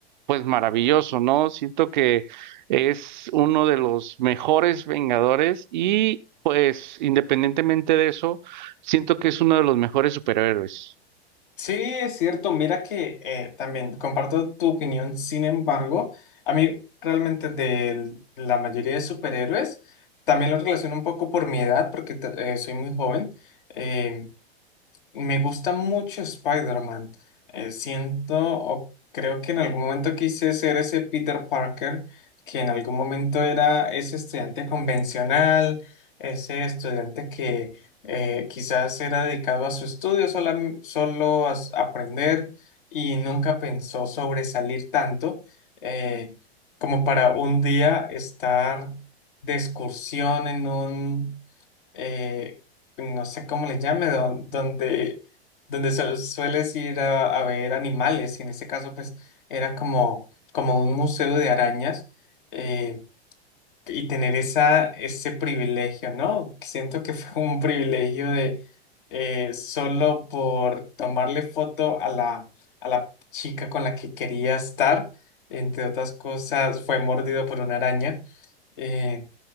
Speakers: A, on the right; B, on the left.
A: pues maravilloso, ¿no? Siento que es uno de los mejores Vengadores y pues independientemente de eso, siento que es uno de los mejores superhéroes.
B: Sí, es cierto. Mira que eh, también comparto tu opinión. Sin embargo, a mí realmente de la mayoría de superhéroes, también lo relaciono un poco por mi edad, porque ta- eh, soy muy joven. eh, me gusta mucho Spider-Man. Eh, siento o creo que en algún momento quise ser ese Peter Parker, que en algún momento era ese estudiante convencional, ese estudiante que eh, quizás era dedicado a su estudio, solam- solo a s- aprender y nunca pensó sobresalir tanto eh, como para un día estar de excursión en un eh, no sé cómo le llame, do- donde, donde su- sueles ir a, a ver animales, y en este caso pues era como, como un museo de arañas, eh, y tener esa, ese privilegio, ¿no? Siento que fue un privilegio de eh, solo por tomarle foto a la, a la chica con la que quería estar, entre otras cosas, fue mordido por una araña. eh,